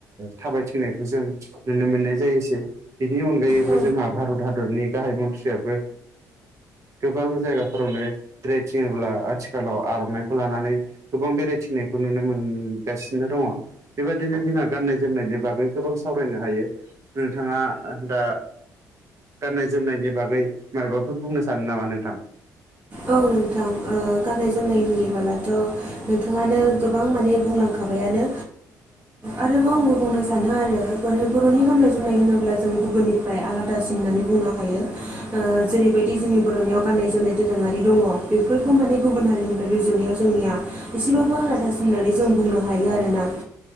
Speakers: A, on the right; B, on the right.
A: थाबायथिंनायखौ जों नुनो मोननाय जायोसै बिनि अनगायैबो
B: औ
A: जोंहा भारत हादरनि गाहाय मन्थ्रियाबो गोबां जायगाफोरावनो ् <unintelligible> थङोब्ला आथिखालाव आर'नाइखौ लानानै गोबां बेरायथिनायखौ नुनो मोनगासिनो दङ बेबायाददिनो जोंहा गाननाय जोमनायनि बागै गोबां सावरायनो हायो नोंथाङा दा गाननाय जोमनायनि बागै माबाफोर बुंनो सानो नामा नोंथां
B: औ नोंथां गाननाय जोमनाय लुयोबोलाथ' नोंथाङानो गोबां माने बुंलांखाबायानो आरोबाव आंबो बुंनो सानो आरो माने बर'नि गाननाय जोमनाय होनोब्ला जों गुबुननि आलादासिन होननानै बुंनो हायो जेरैबायदि जोंनि बर'नियाव गाननाय जोमनाय दोरोङारि दङ बेफोरखौ माने गुबुन हारिनिफ्राय रुजुनायाव जोंनिया एसेबाबो आलादासिन होननानै जों बुंनो हायो आरोोना